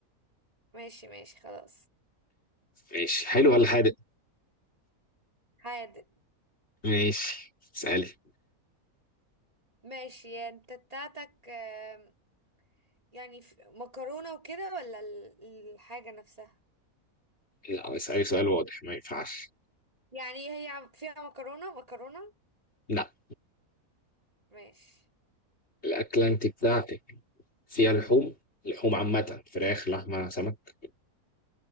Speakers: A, on the right; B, on the left.
A: ماشي ماشي خلاص
B: ماشي حلو ولا حادق
A: حادق
B: ماشي اسالي
A: ماشي انت بتاعتك آم، يعني ف- مكرونة وكده ولا ال- الحاجة نفسها
B: لا اسالي سؤال واضح ما ينفعش
A: يعني هي عم- فيها مكرونة مكرونة
B: لا
A: ماشي
B: الأكلة أنت بتاعتك فيها لحوم لحوم عامة فراخ لحمة سمك